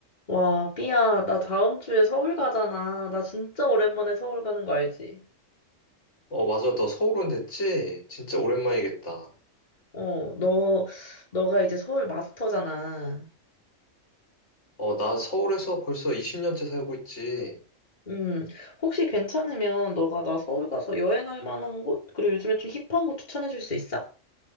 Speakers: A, on the left; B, on the left.
A: 와, 삐야, 나 다음 주에 서울 가잖아. 나 진짜 오랜만에 서울 가는 거 알지?
B: 어, 맞아. 너 서울 온 됐지? 진짜 오랜만이겠다.
A: 어, 너, 너가 이제 서울 마스터잖아.
B: 어, 나 서울에서 벌써 20년째 살고 있지.
A: 음, 혹시 괜찮으면 너가 나 서울 가서 여행할 만한 곳? 그리고 요즘에 좀 힙한 곳 추천해 줄 수 있어?